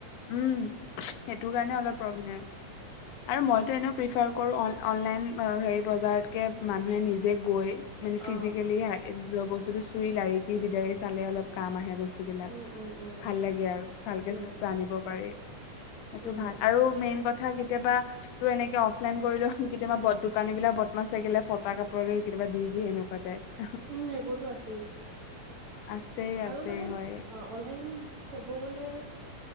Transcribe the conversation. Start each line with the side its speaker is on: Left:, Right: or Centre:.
Left: উম সেইটো কাৰণে অলপ প্ৰব্লেম আৰু মইতো
Right: সেইটোৱে
Left: এনে প্ৰিফাৰ কৰো আন অনলাইন হেৰি বজাৰতকে মানুহে নিজে গৈ মানে
Right: অ
Left: ফিজিকেলি হাই বস্তুটো চুই লাৰি কি দিগদাৰি চালে অলপ কাম আহে বস্তু বস্তু বিলাক
Right: উম উম উম
Left: ভাল লাগে আৰু ভালকে
Right: উম
Left: চ দিব পাৰি সেইটো
Right: উম
Left: ভাল আৰু মেইন কথা কি? কেতিয়াবা তোৰ এনেকে অফলাইন কৰিল কেতিয়াবা দোকানী বিলাক বদমা চ গিলে ফটা কাপোৰৰে কেতিাবা দি দি এনেকুৱা টাইপ
Right: উম এইবোৰতো আছেই
Left: আছে আছে
Right: আৰু মানে
Left: হয়
Right: অনলাইন ক গ'লে